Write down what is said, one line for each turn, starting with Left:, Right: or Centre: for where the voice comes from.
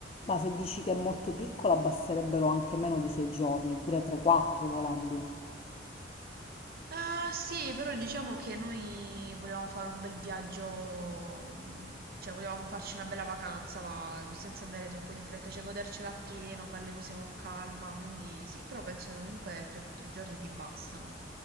Left: ma se dici che è molto piccola basterebbero anche meno di sei giorni, pure 3-4 volendo.
Right: Ah, sì, però diciamo che noi volevamo fare un bel viaggio, mm, cioè volevamo farci una bella vacanza, va, senza andare troppo di fretta, cioè godercela appieno, fare le cose con calma, quindi sì, però penso che comunque 3-4 giorni ti bastano.